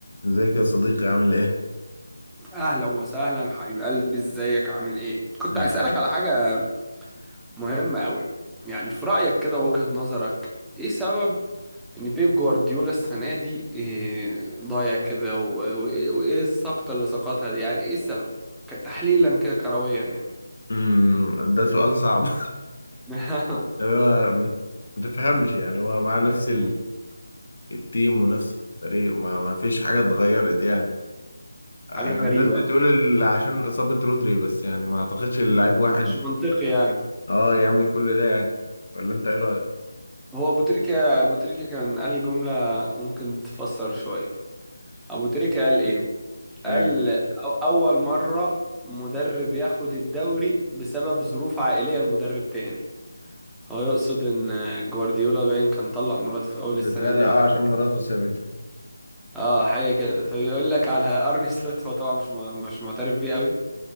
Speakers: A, on the left; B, in the centre.
A: ازيك يا صديقي عامل ايه؟
B: اهلا وسهلا حبيب قلبي ازيك عامل ايه كنت
A: الحمد
B: عايز اسالك على حاجه مهمه قوي يعني في رايك كده وجهة نظرك ايه سبب ان بيب جوارديولا السنه دي إيه ضايع كده و- وايه وايه السقطه اللي سقطها دي؟ يعني ايه السبب ك- تحليلا كده كرويا يعني
A: امم ده سؤال صعب <laughs>
B: <laughs>
A: هو ما ما تفهمش يعني هو مع نفس
B: مم.
A: ال- التيم ونفس الفريق ما, ما فيش حاجة اتغيرت يعني آه،
B: حاجه
A: الناس
B: غريبه
A: بتقول
B: آه،
A: ال- عشان إصابة رودري بس يعني ما اعتقدش اللعيب واحد
B: مش منطقي يعني
A: اه يعمل كل ده يعني ولا انت ايه رأيك؟
B: هو ابو تريكه ابو تريكه كان قال جمله ممكن تفسر شويه ابو تريكه قال ايه قال
A: ايه
B: أو- أول مرة مدرب ياخد الدوري بسبب ظروف عائلية لمدرب تاني هو يقصد إن جوارديولا باين كان طلق مراته في أول السنة
A: بيتهيألي
B: دي
A: اه
B: أو حاجة
A: عشان مراته
B: كده
A: سابته
B: اه حاجة كده فبيقول لك على أرني سلوت هو طبعا مش م- مش معترف بيه قوي